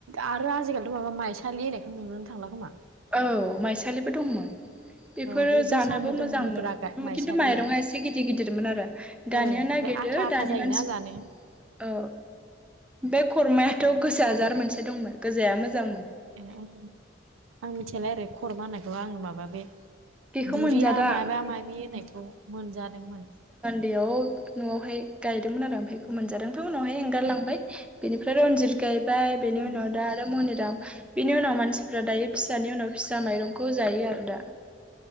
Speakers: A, on the right; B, in the centre.
A: आरो आजिखालिथ' माबा माइसालि होननायखौ नुोनो थांला खोमा
B: औ माइसालि दंमोन बिफोरो
A: ओ बे
B: जानोबो
A: जोसा मोदोम
B: मोजांमोन
A: मोग्रा गा माइसालिया
B: खिन्थु माइरं आ इसे गिदिर गिदिर मोन आरो दानिया
A: ओ ओमफ्राय
B: नायदो
A: आथा
B: नो
A: आथा
B: दानि
A: जायोना
B: मानसि
A: जानो
B: औ बे खरमायाथ
A: उम
B: गोजा जार मोनसे। दंमोन गोजाया मोजांमोन।
A: ए ओं आं मि थिलाय आरो खरमा होनायखौ आं माब माबा बे
B: बेखौ
A: बुरिया
B: मोनजादां
A: माबा माबि होननायखौ मोनजादोंमोन।
B: दैयाव न'आवहाय गायदोंमोन आरो ओमफाय मोनजादों ओमफाय उनावहाय एंगारलांबाय बेनिफ्राय रनजित गाय बाय बेनि
A: उम
B: उनाव दा आरो मनिराम बिनि उनाव मानसिफ्रा दायो। फिसानि उनाव फिसा माइरं खौ जायो आरो दा